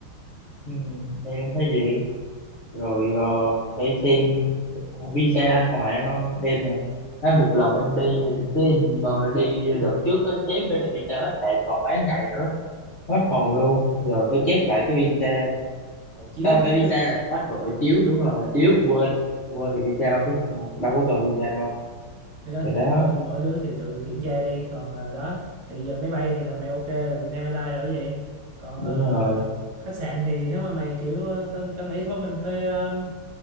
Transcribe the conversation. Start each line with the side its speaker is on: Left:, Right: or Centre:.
Left: ừ, em thấy vậy rồi ờ, phải xem visa anh còn hạn không em nha anh một lần em đi cái em ờ, đi đợt trước á xém nữa là visa hết hạn còn mấy ngày nữa hết hồn luôn giờ phải
Right: Ồ,
Left: chép lại cái visa
Right: hộ chiếu
Left: à,
Right: chứ
Left: phải visa bắt hộ hộ chiếu đúng rồi hộ chiếu quên quên
Right: Ờ,
Left: là visa không có cần đâu có
Right: ờ.
Left: cần visa đâu
Right: cái đó
Left: rồi
Right: thì
Left: đó
Right: thôi mỗi đứa thì tự kiểm tra đi còn ờ, đó thì giờ máy bay thì là mày ok là Vietnam Airlines rồi vậy còn
Left: đúng
Right: ờ,
Left: rồi
Right: khách sạn thì nếu mà mày kiểu ờ, tao tao nghĩ thôi mình thuê um,